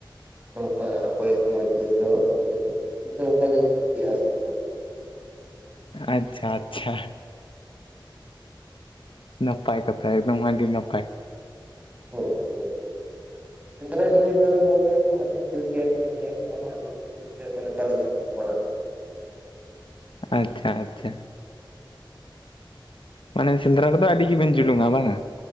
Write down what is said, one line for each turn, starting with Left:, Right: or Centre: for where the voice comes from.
Right: ᱱᱚᱸᱠᱟ ᱵᱚᱭᱚᱥ ᱢᱚᱫᱷᱮ ᱨᱮᱫᱚ <unintelligible> ᱱᱚᱝᱠᱟᱞᱤᱧ <unintelligible>
Left: ᱟᱪᱪᱷᱟ ᱟᱪᱪᱷᱟ ᱱᱟᱯᱟᱭ ᱠᱟᱛᱷᱟ ᱮᱠᱫᱚᱢ ᱟᱹᱰᱤ ᱱᱟᱯᱟᱭ
Right: ᱦᱚᱭ ᱥᱮ ᱥᱮᱸᱫᱽᱨᱟ ᱡᱤᱱᱤᱥ ᱫᱚ ᱜᱚᱢᱠᱮ ᱟᱹᱰᱤ ᱡᱩᱛ ᱜᱮ ᱟᱹᱞᱤᱧ ᱫᱩᱞᱤᱧ ᱟᱴᱠᱟᱨᱟ ᱚᱱᱟ ᱠᱷᱟᱹᱛᱤᱨ ᱛᱮ ᱢᱟᱱᱮ ᱵᱟᱹᱞᱤᱧ ᱟᱠᱚᱴ ᱵᱟᱲᱟᱜ
Left: ᱟᱪᱪᱷᱟ ᱟᱪᱪᱷᱟ ᱢᱟᱱᱮ ᱥᱮᱸᱫᱽᱨᱟ ᱨᱮᱫᱚ ᱟᱹᱰᱤ ᱜᱮ ᱵᱮᱱ ᱡᱩᱞᱩᱝᱟ ᱵᱟᱝᱼᱟ